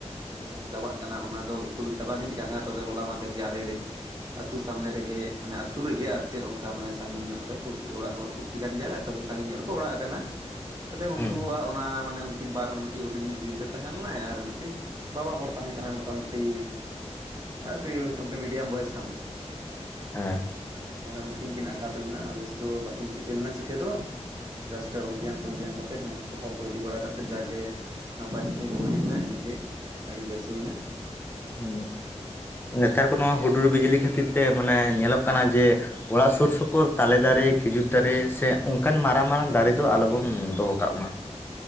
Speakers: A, on the right; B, on the left.
A: ᱟᱵᱚ ᱵᱚᱱ ᱪᱟᱵᱟᱜ ᱠᱟᱱᱟ ᱚᱱᱟ ᱫᱚ ᱠᱷᱩᱵ ᱮᱠᱴᱟ ᱵᱟᱝ ᱦᱮᱡ ᱠᱟᱱᱟ ᱛᱚᱵᱮ ᱦᱚᱞᱟ ᱢᱟᱫᱷᱮᱨ ᱜᱮ ᱟᱞᱮ ᱞᱮ ᱟᱹᱛᱩ ᱥᱟᱢᱱᱮ ᱨᱮᱜᱮ ᱢᱟᱱᱮ ᱟᱹᱛᱩ ᱨᱮᱜᱮ ᱟᱨ ᱪᱮᱫ ᱚᱱᱠᱟ ᱢᱟᱱᱮ ᱥᱟᱺᱜᱤᱧ ᱧᱚᱜ ᱨᱮ ᱯᱩᱨᱥᱤ ᱚᱲᱟᱜ ᱦᱚᱲ ᱯᱩᱨᱥᱤ ᱠᱟᱱ ᱜᱮᱭᱟᱞᱮ ᱛᱚᱵᱮ ᱥᱟᱺᱜᱤᱧ ᱧᱚᱜ ᱨᱮᱠᱚ ᱚᱲᱟᱜ ᱟᱠᱟᱱᱟ ᱛᱟᱦᱚᱞᱮ ᱩᱱᱠᱩᱣᱟᱜ
B: ᱦᱩᱸ
A: ᱚᱱᱟ ᱢᱟᱱᱮ ᱩᱱᱠᱤᱱ ᱵᱟᱨ ᱦᱚᱲ ᱢᱤᱫᱴᱤᱜ ᱦᱩᱰᱤᱧ ᱧᱚᱜ ᱜᱤᱫᱽᱨᱟᱹ ᱛᱟᱦᱮᱸ ᱞᱮᱱᱟᱭ ᱟᱨ ᱢᱤᱫᱴᱤᱡ ᱵᱟᱵᱟ ᱦᱚᱲ ᱛᱟᱦᱮᱸ ᱠᱟᱱᱟᱭ ᱢᱚᱴᱟᱢᱩᱴᱤ ᱟᱨᱠᱤ ᱢᱚᱴᱟᱢᱩᱴᱤ ᱢᱤᱰᱤᱭᱟᱢ ᱵᱚᱭᱮᱥᱟᱱ
B: ᱦᱮᱸ
A: ᱦᱩᱸ ᱯᱟᱞᱮᱱ ᱩᱱᱠᱤᱱ ᱠᱤᱱ ᱟᱜᱷᱟᱛ ᱞᱮᱱᱟ ᱚᱵᱚᱥᱥᱳᱭ ᱵᱟᱠᱤᱱ ᱪᱤᱠᱟᱹ ᱞᱮᱱᱟ ᱪᱤᱠᱟᱹ ᱫᱚ ᱡᱟᱥᱴᱟ ᱚᱜᱽᱜᱮᱭᱟᱱ ᱴᱚᱜᱽᱜᱮᱭᱟᱱ ᱠᱟᱛᱮᱫ ᱦᱟᱸᱥᱯᱟᱛᱟᱞ ᱠᱚ ᱤᱫᱤ ᱵᱟᱲᱟ ᱠᱟᱛᱮᱫ ᱡᱟᱜᱮ ᱱᱟᱯᱟᱭ ᱛᱮᱠᱤᱱ ᱨᱩᱣᱟᱹᱲ ᱦᱮᱡ ᱱᱟ ᱤᱱᱟᱹᱜᱮ ᱟᱹᱰᱤ ᱵᱮᱥ ᱦᱩᱭᱱᱟ
B: ᱦᱩᱸ ᱱᱮᱛᱟᱨ ᱠᱚ ᱱᱚᱣᱟ ᱦᱩᱰᱩᱨ ᱵᱤᱡᱽᱞᱤ ᱠᱷᱟᱹᱛᱤᱨ ᱛᱮ ᱢᱟᱱᱮ ᱧᱮᱞᱚᱜ ᱠᱟᱱᱟ ᱡᱮ ᱚᱲᱟᱜ ᱥᱩᱨ ᱥᱩᱯᱩᱨ ᱛᱟᱞᱮ ᱫᱟᱨᱮ ᱠᱷᱤᱡᱩᱨ ᱫᱟᱨᱮ ᱥᱮ ᱚᱱᱠᱟᱱ ᱢᱟᱨᱟᱝ ᱢᱟᱨᱟᱝ ᱫᱟᱨᱮ ᱫᱚ ᱟᱞᱚᱵᱚᱱ ᱫᱚᱦᱚ ᱠᱟᱜ ᱢᱟ